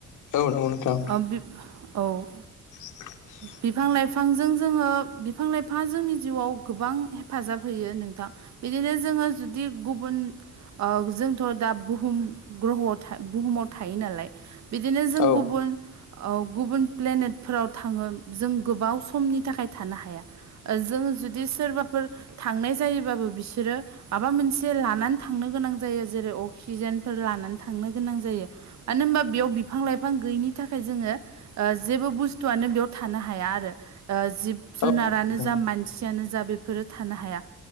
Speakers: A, on the left; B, on the right.
A: औ नंगौ नोंथां।
B: <unintelligible> औ
A: <unintelligible>
B: बिफां-लाइफांजों जोङो बिफां-लाइफाङा जोंनि जिउआव गोबां हेफाजाब होयो नोंथां। बिदिनो जोङो जु- दि गुबुन ओ जोंथ' दा बुहुम ग्रहआव था बुहुमाव थायो नालाय। बिदिनो जों
A: औ
B: गुबुन औ गुबुन प्लेनेटफोराव थाङो जों गोबाव समनि थाखाय थानो हाया। ओ जोंङो जुदि सोरबाफोर थांनाय जायोबाबो बिसोरो माबा मोनसे लानानै थांनो गोनां जायो। जेरै अक्सिजेनफोर लानानै थांनो गोनां जायो। मानो होनबा बेयाव बिफां-लाइफां गैयिनि थाखाय जोङो ओ जेबो बुस्थुआनो बेयाव थानो हाया आरो ओ जिब जुनारानो
A: औ नोंथां
B: जा मान- सियानो जा बेफोरो थानो हाया।